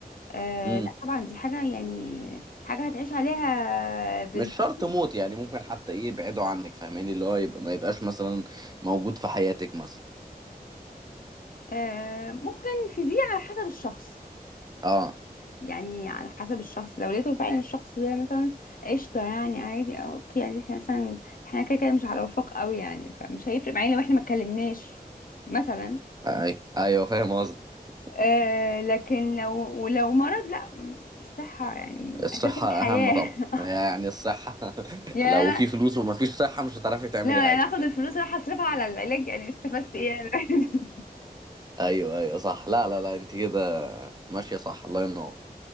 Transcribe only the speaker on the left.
آه
لا طبعا دي حاجه يعني حاجه هتعيش عليها بالظبط
آه ممكن في دي على حسب الشخص
يعني على حسب الشخص لو لقيته فعلا الشخص ده مثلا قشطة يعني عادي أو اوكي يعني احنا مثلا احنا كده كده مش على وفاق قوي يعني فمش هيفرق معايا لو احنا ما اتكلمناش مثلا
آه لكن لو ولو مرض لا م- الصحة يعني
أساس الحياة
<laughs> يعني
أنا
لا
يعني أنا آخد الفلوس أروح أصرفها على العلاج يعني استفدت إيه يعني <laughs>